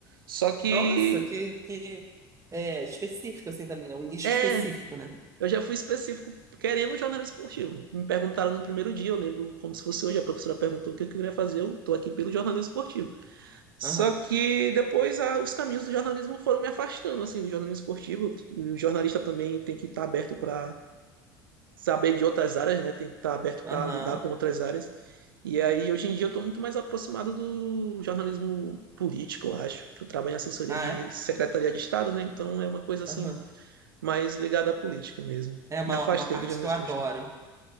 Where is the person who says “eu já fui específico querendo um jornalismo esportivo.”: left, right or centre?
Right